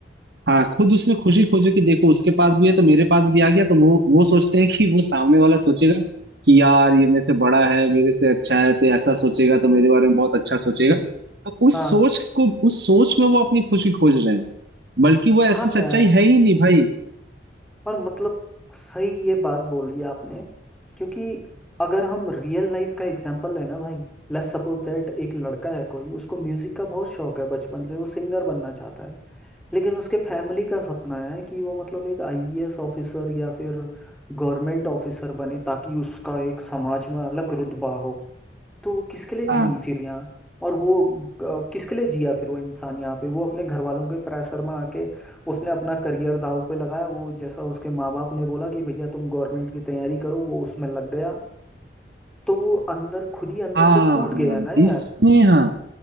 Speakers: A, on the right; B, in the centre.
A: हाँ खुद उसमें खुशी खोजे कि देखो उसके पास भी है तो मेरे पास भी आ गया तो वो वो सोचते हैं कि वो सामने वाला सोचेगा कि यार ये मेरे से बड़ा है मेरे से अच्छा है तो ऐसा सोचेगा तो मेरे बारे में बहुत अच्छा सोचेगा तो उस
B: हाँ
A: सोच को उस सोच में वो अपनी खुशी खोज रहे हैं बल्कि वो ऐसी
B: हाँ
A: सच्चाई
B: यार
A: है ही नहीं भाई
B: और मतलब सही ये बात बोली आपने क्योंकि अगर हम रियल लाइफ का एग्जांपल लें ना भाई लेट्स सपोज दैट एक लड़का है कोई उसको म्यूजिक का बहुत शौक है बचपन से वो सिंगर बनना चाहता है लेकिन उसके फैमिली का सपना है कि वो मतलब एक आईएएस ऑफिसर या फिर गवर्नमेंट ऑफिसर बने ताकि उसका एक समाज में अलग रुतबा हो तो वो किसके लिए जी
A: हाँ
B: फिर यहाँ और वो अ, किसके लिए जिया फिर वो इंसान यहाँ पे वो अपने घर वालों के प्रेशर में आके उसने अपना करियर दांव पे लगाया वो जैसा उसके माँ बाप ने बोला कि भैया तुम गवर्नमेंट की तैयारी करो वो उसमें लग गया तो वो अंदर खुद ही अंदर
A: हाँ
B: से टूट
A: हाँ
B: गया ना यार
A: इसमें हाँ